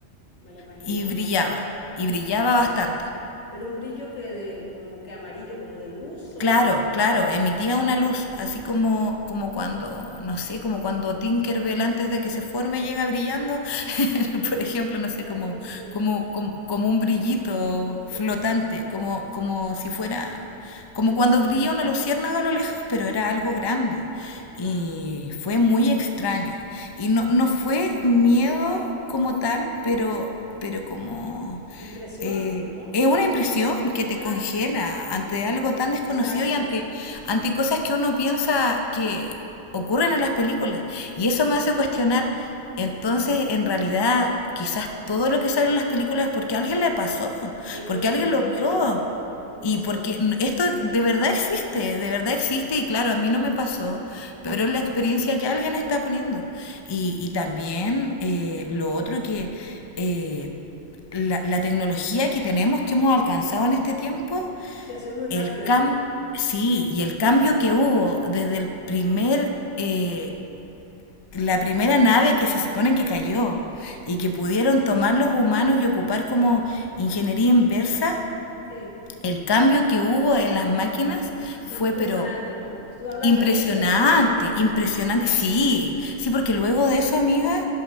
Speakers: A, on the left; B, on the left.
A: me la imagino.
B: y brillaba
A: Y-
B: y brillaba bastante.
A: Pero un brillo que de, como que amarillo, como de luz o...
B: Claro, claro, emitía una luz, así como, como cuando, no sé, como cuando Tinkerbell antes de que se forme llega brillando, <laughs>
A: <laughs>
B: por ejemplo, no sé,
A: ¿Sabes?
B: como,
A: Sí,
B: como, como, como un brillito
A: sí.
B: flotante, como, como si fuera, como cuando brilla una luciérnaga a lo lejos, pero era algo grande.
A: Wow.
B: Y fue muy extraño. Y no, no fue miedo como tal, pero, pero como
A: Impresión,
B: eh,
A: ¿no?
B: es una impresión que te
A: Claro,
B: congela ante algo tan desconocido
A: exacto.
B: y ante, ante cosas que uno piensa que ocurren en las películas. Y eso me hace cuestionar, entonces, en realidad, quizás todo lo que sale en las películas es porque a alguien le pasó,
A: Eh,
B: porque
A: yo también
B: alguien
A: digo
B: lo vio.
A: eso. Yo pienso
B: Y porque
A: eso.
B: esto de verdad existe, de verdad existe y claro, a mí no me pasó, pero es la experiencia que alguien está poniendo. Y, y también eh, lo otro que eh, la, la, tecnología que tenemos, que hemos alcanzado en este tiempo,
A: Sí, ha sido muy rápida,
B: el cam
A: ¿no?
B: sí, y el cambio que hubo desde el primer... Eh, la primera nave que se supone que cayó y que pudieron tomar los humanos y ocupar como ingeniería inversa,
A: Sí,
B: el cambio que hubo en las máquinas
A: sí,
B: fue,
A: fue impresionante,
B: pero
A: ¿no? Estuvo hablando
B: impresionante,
A: de Roosevelt, ¿no?
B: impresionante. Sí, sí, porque luego de eso, amiga,